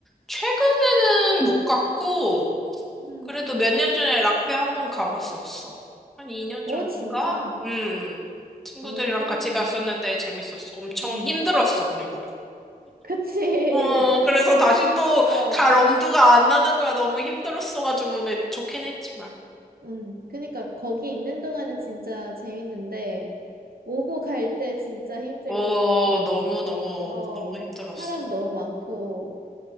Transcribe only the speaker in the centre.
최근에는 못 갔고
그래도 몇 년 전에 락페 한번 가봤었어. 한 2년
전인가?
음. 친구들이랑
같이 갔었는데 재밌었어. 엄청
힘들었어, 그리고.
어, 그래서 다시 또
갈 엄두가 안 나는 거야. 너무 힘들었어가지고. 근데 좋긴 했지만.
어, 너무너무,
너무 힘들었어.